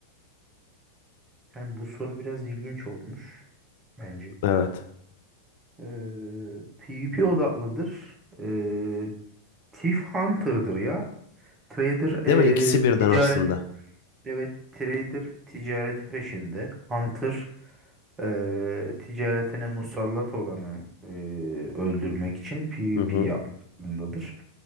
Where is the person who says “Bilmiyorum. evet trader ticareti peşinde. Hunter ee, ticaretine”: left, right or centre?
Right